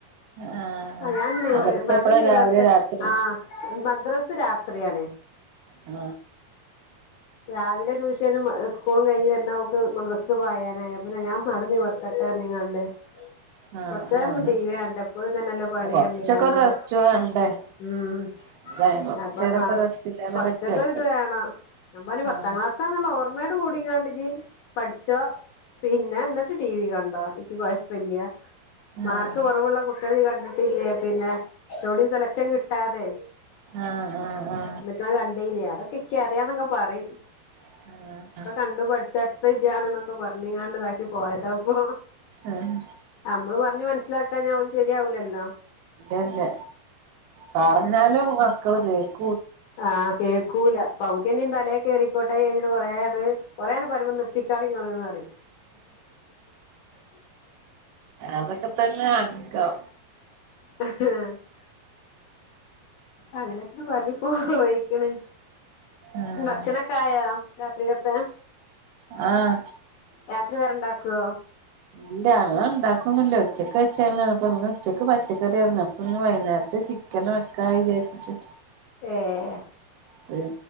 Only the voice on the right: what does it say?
ആഹ്
മദ്രസ
എപ്പഴാ
രാവിലെ രാത്രിയോ
ആ.
ആഹ്
ആഹ്
കൊറച്ചൊക്കെ
ഒരു റെസ്റ്റ് വേണ്ടേ
അല്ലെ കൊറച്ചേരൊക്കെ
റെസ്റ്റ് ഇല്ലാതെ
പറ്റുവോ
ആഹ്
ആഹ്
ആഹ് ആഹ്
ആഹ്
ആഹ്
ആഹ്
എന്നെ പറഞ്ഞാലും മക്കള് കേക്ക
അതൊക്കെ തന്നെ അങ്കം.
ആഹ്
ആഹ്
ഇല്ല അങ്ങണ്ടാക്കൊന്നുല്ല. ഉച്ചക്ക് വെച്ചെന്നാണ് പ്പം. ഇന്ന് ഉച്ചക്ക് പച്ചക്കറി ആര്ന്നു അപ്പം ഇന്ന് വൈന്നാരത്ത് ചിക്കൻ വെക്ക വിചാര്ച്ച്ട്ട്.
<unintelligible>